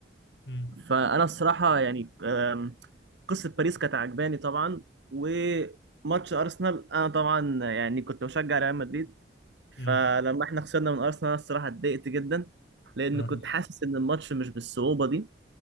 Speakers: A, on the left; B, on the right.
A: مم.
B: فأنا الصراحة يعني آم، قصة باريس كانت عجباني طبعا وماتش أرسنال أنا طبعا يعني كنت بشجع ريال مدريد
A: مم.
B: فلما احنا خسرنا من ارسنال انا الصراحه اتضايقت جدا لان
A: آه.
B: كنت حاسس ان الماتش مش بالصعوبه دي